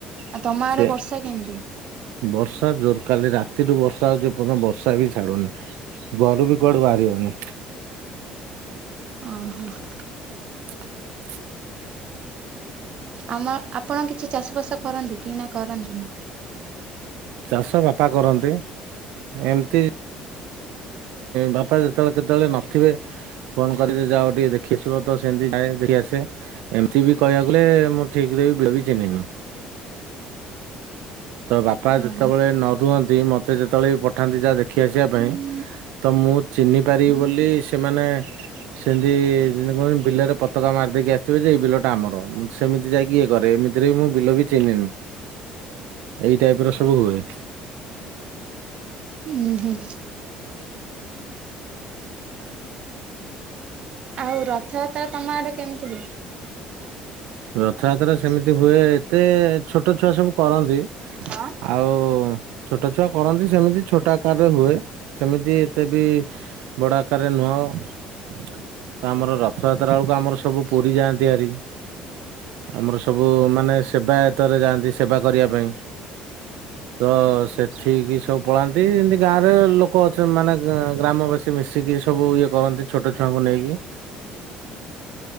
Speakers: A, on the right; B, on the right.
A: ଆଉ ତମ
B: ସେ
A: ଆଡେ ବର୍ଷା କେମତି?
B: ବର୍ଷା ଜୋର କାଲି ରାତିଠୁ ବର୍ଷା ହଉଛି ଯେ ବର୍ଷା ବି ଛାଡୁନି। ଘରୁ ବି କୁଆଡୁ ବାହାରି ହଉନି।
A: ଓ ହ ହ।
B: ହ
A: ଆମ ଆପଣ କିଛି ଚାଷ ବାସ କରନ୍ତି କି ନା କରନ୍ତିନି?
B: ଚାଷ ବାପା କରନ୍ତି ଏମତି ବାପା ଯେତେବେଳେ କେତେବେଳେ ନଥିବେ ଫୋନ କରିବେ ଯେ ଯାଅ ଟିକେ ଦେଖିଆସିବ ତ ସେମତି ଯାଏ ଦେଖିଆସେ? ଏମିତି ବି କହିବକୁ ଗଲେ ମୁଁ ଠିକରେ ବିଲ ବିି ଚିହ୍ନିନି। ତ ବାପା
A: ହଁ
B: ଯେତେବେଳେ ନ ରୁହନ୍ତି ମତେ ଯେତେବେଳେ ବି ପଠାନ୍ତି ଯାହା ଦେଖି ଆସିବା
A: ହଁ।
B: ପାଇଁ। ତ ମୁଁ ଚିହ୍ନି ପାରିବି
A: ହୁଁ
B: ବୋଲି ସେମାନେ ସେମିତି ଯେମିତି କହ ବିଲରେ ପତାକା ମାରିଦେଇକି ଆସିଥିବେ ଯେ ଏଇ ବିଲଟା ଆମର। ସେମିତି ଯାଇକି ଇଏ କରେ ଏମତିରେ ବି ମୁଁ ବିଲ ବି ଚିହ୍ନିନି। ଏଇ ଟାଇପର ସବୁ ହୁଏ।
A: ହୁଁ ହୁଁ ହୁଁ। ଆଉ ରଥଯାତ୍ରା ତମ ଆଡେ କେମିତି ହୁଏ?
B: ରଥଯାତ୍ରା ସେମିତି ହୁଏ ଏତେ ଛୋଟ ଛୁଆ ସବୁ କରନ୍ତି।
A: ହଁ।
B: ଆଉ ଛୋଟ ଛୁଆ କରନ୍ତି ସେମିତି ଛୋଟ ଆକାରରେ ହୁଏ ସେମିତି ଏତେ ବି ବଡ଼ଆକାରରେ ନୁହେଁ ତ ଆମର ରଥଯାତ୍ରା ବେଳକୁ ଆମର ସବୁ ପୁରୀ ଯାଆନ୍ତି ଭାରି। ଆମର ସବୁ ମାନେ ସେବାୟତରେ ଯାଆନ୍ତି ସେବା କରିବା ପାଇଁ। ତ ସେଠିକି ସବୁ ପଳାନ୍ତି ଏମତି ଗାଁରେ ଲୋକ ଅଛନ୍ତି ମାନେ ଗ୍ରାମବାସୀ ସେ ମିଶିକି ସବୁ ଇଏ କରନ୍ତି ଛୋଟ ଛୁଆଙ୍କୁ ନେଇକି